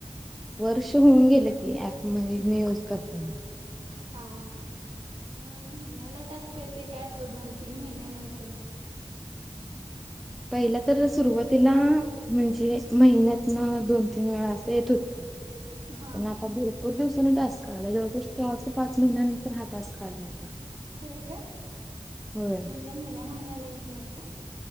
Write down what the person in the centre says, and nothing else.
वर्ष होऊन गेलं की ऍप म्हणजे मी यूज करतेया.
पहिला तर सुरुवातीला म्हणजे, महिन्यात तीन वेळा असं येत होतं. <inaudible>
पण आता भरपूर दिवसानी टास्क आलाय. जवळजास चार ते पाच महिन्यानंतर हा टास्क आला आता.
होय.